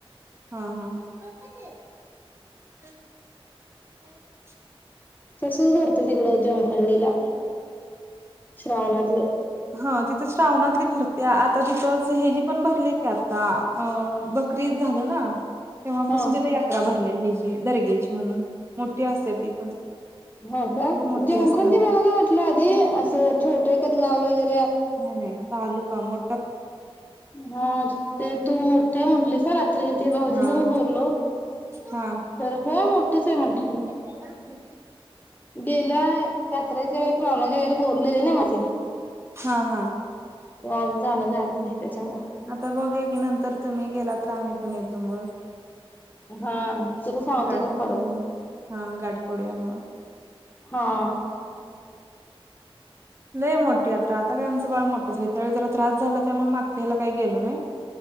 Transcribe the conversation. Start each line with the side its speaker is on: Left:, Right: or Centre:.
Right: हा हा <inaudible>
Left: तसंच भरतं तिकडं जम थंडीला, श्रावणातलं.
Right: ह तिथं श्रावणातली भरते. आता तिथंच हेजी पण भरली की आता अ बकरी ईद झालं ना. तेव्हापासून
Left: हा
Right: तिथे यात्रा भर आपल्या हे जी दर्ग्याची म्हणून. मोठी असते ती पण.
Left: हा का,
Right: लय मोठी
Left: जमखून
Right: असते
Left: त मला का म्हटलं आधी असं छोट कधी <unintelligible>
Right: नाही, नाही, तालुका मो
Left: हा ज ते तू मोठे म्हटलीसं ना रा ते भाऊजीस
Right: हा
Left: मी बोललो,
Right: हा
Left: तर होय, मोठच आहे म्हटली.
Right: हा
Left: गेल्या यात्रेच्या वेळेस <unintelligible> बोलले ना <unintelligible>
Right: हा हा.
Left: <unintelligible> झालं नाही त्याच्यामुळे.
Right: आता बघूया की, नंतर तुम्ही गेला तर आम्ही पण येतो मग
Left: हा तुला सांगते
Right: गाठ
Left: मी परत
Right: पडयामुळे. हा गाठ पड्यामु
Left: हा आ.
Right: लई मोठठी यात्रा! आता काय आमचं बाळ मोठं झालं. त्यावेळी जरा त्रास झाला त्यामुळे मागच्या ह्याला काही गेलो नाही.